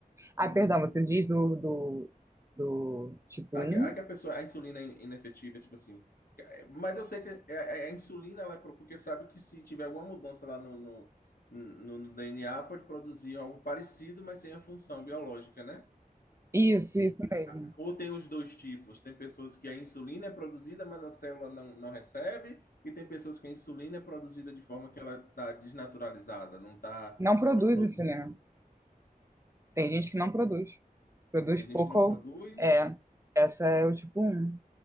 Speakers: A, on the left (about 75°); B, on the right (about 20°).
A: Hum.
B: Ah, perdão, você diz do, do, do tipo
A: A
B: um
A: que, a que a pessoa, a insulina é inefetiva, tipo assim. É, Mas eu sei que é- é- a, insulina, ela é pro- porque sabe que se tiver alguma mudança lá no, no, no no DNA, pode produzir algo parecido, mas sem a função biológica, né?
B: Isso, isso mesmo.
A: a- Ou tem os dois tipos? Tem pessoas que a insulina é produzida, mas a célula não, não recebe, e tem pessoas que a insulina é produzida de forma que ela está desnaturalizada, não tá,
B: Não produz
A: não produz.
B: insulina. Tem gente que não produz. Produz
A: Tem
B: pouco.
A: gente que não
B: ou-
A: produz,
B: É, essa é o tipo um